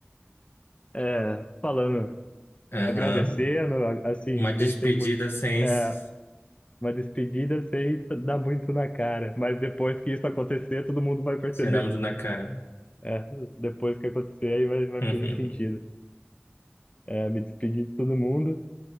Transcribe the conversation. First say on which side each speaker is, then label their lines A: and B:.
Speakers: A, on the left; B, on the left.
A: É, falando,
B: Aham.
A: agradecendo, a- assim,
B: Uma
A: sem,
B: despedida
A: sem muito.
B: sem
A: É,
B: s-
A: uma despedida sem dar muito na cara. Mas depois que isso acontecer, todo mundo vai perceber.
B: sinônimo na cara.
A: É, depois que acontecer, aí vai, vai
B: <laughs>
A: fazer sentido. É, me despedi de todo mundo,